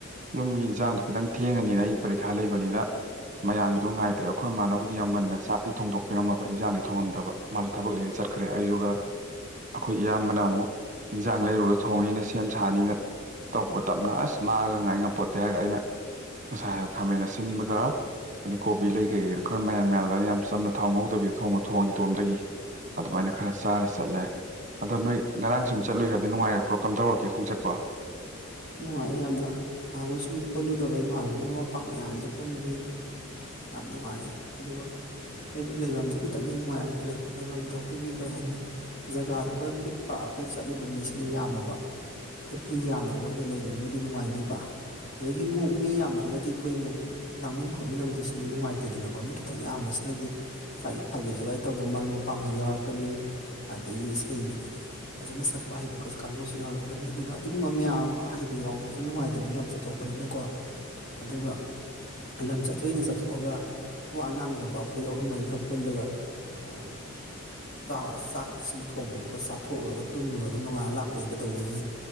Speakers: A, on the right; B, on the left.
A: ꯌꯨꯝꯒꯤ ꯏꯟꯁꯥꯡꯗꯣ ꯈꯤꯇꯪ ꯊꯦꯡꯉꯅꯤꯅ ꯑꯩꯒꯤ ꯄꯔꯤꯈꯥ ꯂꯩꯕꯅꯤꯅ ꯃꯌꯥꯝꯒꯤꯗꯣ ꯉꯥꯏ ꯇꯠꯇꯦ ꯑꯩꯈꯣꯏ ꯏ ꯃꯥꯅꯕꯕꯨꯗꯤ ꯌꯥꯝ ꯉꯟꯅ ꯆꯥꯛꯇꯤ ꯊꯣꯡꯗꯣꯛ ꯄꯤꯔꯝꯃꯕ ꯏꯟꯖꯥꯡꯗꯤ ꯊꯣꯡꯉꯝꯗꯕ ꯃꯥꯁꯨ ꯊꯕꯛ ꯂꯩꯅ ꯆꯠꯈ꯭ꯔꯦ ꯑꯩꯗꯨꯒ ꯑꯩꯈꯣꯏ ꯏꯌꯥꯝꯕꯅ ꯑꯃꯨꯛ ꯌꯦꯟꯖꯥꯡ ꯂꯩꯔꯨꯔ ꯊꯣꯡꯅꯤꯅ ꯁꯦꯝ ꯁꯥꯅꯤꯅ ꯇꯧꯕ ꯇꯞꯅ ꯑꯁ ꯃꯥꯒ ꯉꯥꯏ ꯉꯄꯣꯠꯇꯦ ꯍꯥꯏꯔꯒ ꯑꯩꯅ ꯉꯁꯥꯏ ꯈꯥꯃꯩꯅ ꯁꯤꯟꯕꯒ ꯑꯗꯩ ꯀꯣꯕꯤ ꯂꯩ ꯀꯩꯀ ꯀꯩꯩꯅꯣ ꯈꯔ ꯃꯌꯥꯝ ꯃꯌꯥꯝꯗ ꯑꯩꯅ ꯌꯥꯝ ꯆꯝꯅ ꯊꯥꯎ ꯉꯧꯗꯕꯤꯗ ꯊꯣꯡꯕ ꯊꯣꯡꯉꯤ ꯏꯇꯣꯝꯗꯒꯤ ꯑꯗꯨꯃꯥꯏꯅ ꯈꯔ ꯆꯥꯔ ꯆꯠꯂꯦ ꯑꯗꯣ ꯅꯣꯏ ꯉꯔꯥꯡ ꯁꯨꯝ ꯆꯠꯂꯨ ꯍꯥꯏꯕꯗꯨꯣ ꯅꯨꯉꯥꯏꯔꯛꯄ꯭ꯔꯣ ꯀꯃꯥꯏ ꯇꯧꯔꯛꯀꯦ ꯈꯣꯡꯆꯠꯄꯣ
B: ꯅꯨꯡꯉꯥꯏ ꯌꯥꯝꯅ ꯅꯍꯥꯟꯈꯣꯏ ꯁꯨꯝ ꯄꯨꯜꯂꯨꯗꯕ ꯏꯃꯥꯅꯕ ꯃꯔꯨꯞ ꯃꯄꯥꯡ ꯃꯌꯥꯝꯗ ꯄꯨꯟꯕꯒꯤ ꯌꯥꯝ ꯅꯨꯡꯉꯥꯏ ꯑꯗꯨꯒ ꯂꯩꯐꯝꯗꯤ ꯈꯤꯇꯪꯗꯤ ꯅꯨꯡꯉꯥꯏꯔꯛꯇ꯭ꯔꯦ ꯂꯩꯐꯝꯗꯣ ꯑꯩꯈꯣꯏꯒꯤ ꯀꯩ ꯍꯥꯏꯅꯤ ꯖꯒꯥꯗꯨꯣ ꯈꯔ ꯄꯤꯛꯄ ꯑꯩꯈꯣꯏ ꯆꯠꯂꯤꯕ ꯃꯤꯁꯤꯅ ꯌꯥꯝꯃꯕ ꯑꯩꯈꯣꯏ ꯄꯤ ꯌꯥꯝꯗꯕ ꯕꯨ ꯂꯩꯕꯒꯤꯕꯨꯗꯤ ꯅꯨꯡꯉꯥꯏꯅꯦꯕ ꯑꯗꯒꯤ ꯑꯃꯨꯛ ꯃꯤ ꯌꯥꯝꯗ꯭ꯔꯒꯗꯤ ꯑꯩꯈꯣꯏꯨꯛ ꯂꯥꯡꯃꯤꯟ ꯈꯣꯠꯃꯤꯟꯅꯕꯗ ꯁꯨꯝ ꯅꯨꯡꯉꯥꯏꯇꯦꯗꯅꯀꯣ ꯃꯤ ꯈꯤꯇꯪ ꯌꯥꯝꯕꯁꯤꯅꯗꯤ ꯊꯥꯒꯤ ꯖꯒꯥꯏ ꯇꯧꯕ ꯃꯔꯨꯞ ꯃꯄꯥꯡꯁꯨ ꯌꯥꯎꯔꯛꯀꯅꯤ ꯑꯗꯒꯤ ꯏꯁꯩ ꯐꯖꯅ ꯁꯛꯄ ꯍꯩꯕ ꯀꯥꯡꯕꯨꯁꯨ ꯌꯥꯎꯔꯛꯀꯅꯤ ꯑꯗꯨꯅ ꯑꯗꯨꯒꯨꯝꯕ ꯃꯌꯥꯝ ꯑꯃ ꯑꯍꯩꯕ ꯌꯥꯎꯕꯁꯨ ꯅꯨꯡꯉꯥꯏꯗꯅ ꯂꯝ ꯆꯠꯊꯣꯛꯄꯅꯤꯅꯀꯣ ꯑꯗꯨꯒ ꯂꯝ ꯆꯠꯊꯣꯛꯏꯅ ꯆꯠꯊꯣꯛꯑꯒ ꯋꯥ ꯉꯥꯡꯗꯕ ꯑꯩꯈꯣꯏ ꯑꯍꯨꯝ ꯃꯔꯤꯈꯛ ꯄꯨꯜꯂꯒ ꯑꯝ ꯆꯥꯛ ꯆꯥꯛ ꯏꯁꯤꯡ ꯊꯣꯡꯉꯨꯔꯒ ꯆꯥꯊꯣꯛꯎꯔꯒ ꯇꯨꯝꯃꯨꯔꯒ ꯅꯣꯡꯉꯥꯅ ꯂꯥꯛꯄꯗ ꯀꯩꯗꯧꯅꯤ